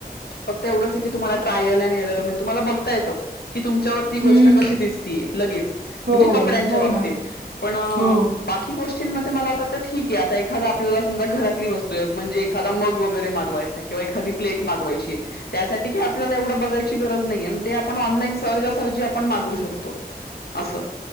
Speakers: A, on the left; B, on the right.
A: फक्त एवढंच आहे कि तुम्हाला ट्रायल अँड एरल तुम्हाला बघता येत. कि तुमच्यावरती गोष्ट
B: हम्म
A: कशी दिसतीय लगेच
B: हो
A: म्हणजे कपड्यांच्या
B: ना हो
A: बाबतीत
B: ना
A: पण
B: हो
A: बाकी गोष्ट मला असं वाटतं ठीक आहे आता एखादा आपल्याला समजा घरातली वस्तू म्हजे एखादा मग वगैर मागवायचां किंवा एखादी प्लेट मागवायची त्यासाठी आपल्याला एवढं बघायची गरज नाहीे आणि ते आपण ऑनलाईन सहजासहजी आपण मागू शकतो.
B: ह <inaudible>
A: असं